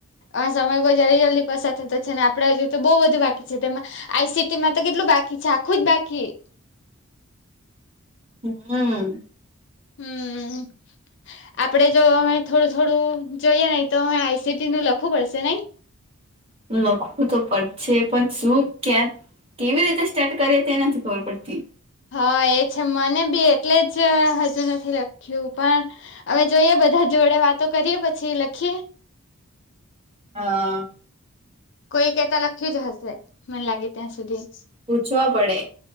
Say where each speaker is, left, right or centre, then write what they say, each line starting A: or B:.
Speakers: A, on the left (about 55°); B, on the right (about 25°).
A: અ સમય બહુ જલ્દી જલ્દી પસાર થતો છે અને આપડે તો બહુ બધુ બાકી છે તેમાં આઈસીટીમાં તો કેટલું બાકી છે આખું જ બાકી
B: હમ્મ.
A: હમ્મ. આપડે જો અમે થોડું થોડું જોઈએ નહી તો અમે આઈસીટી નું લખવું પડશે નઈ?
B: લખવું તો પડશે પણ શું ક્યા? કેવી રીતે સ્ટાર્ટ કરીએ તે નથી ખબર પડતી.
A: હા, એ છે મને બી એટલે જ હજુ નથી લખ્યું પણ હવે જોઈએ બધા જોડે વાતો કરીએ પછી લખીએ.
B: હમ્મ.
A: કોઈકે તો લખ્યું જ હશે મને લાગે ત્યાં સુધી
B: પૂછવા પડે.